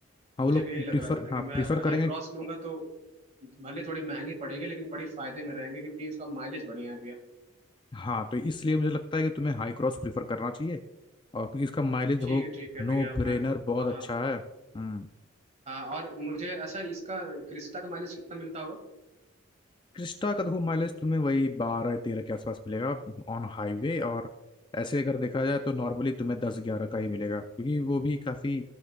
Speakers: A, on the left; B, on the right.
A: हाँ
B: मुझे
A: वो लोग
B: भी यही लग
A: प्रीफर
B: रहा था कि
A: हाँ
B: मैं
A: प्रीफर
B: अगर हाई
A: करेंगे
B: क्रॉस लूंगा तो भले थोड़ी महंगी पड़ेगी लेकिन बड़ी फायदे में रहेंगे क्योंकि उसका माइलेज बढ़िया है भैया
A: हाँ तो इसलिए मुझे लगता है कि तुम्हें हाई क्रॉस प्रीफर करना चाहिए और क्योंकि इसका माइलेज
B: ठीक
A: हो
B: है ठीक है
A: नो
B: भैया मैं
A: ब्रेनर बहुत
B: हाँ
A: अच्छा है हम्म
B: हाँ और मुझे अच्छा इसका क्रिस्टा का माइलेज कितना मिलता होगा
A: क्रिस्टा का देखो माइलेज तुम्हें वही बारह तेरह के आसपास मिलेगा ऑन हाईवे और ऐसे अगर देखा जाए तो नॉर्मली तुम्हें दस ग्यारह का ही मिलेगा क्योंकि वो भी काफी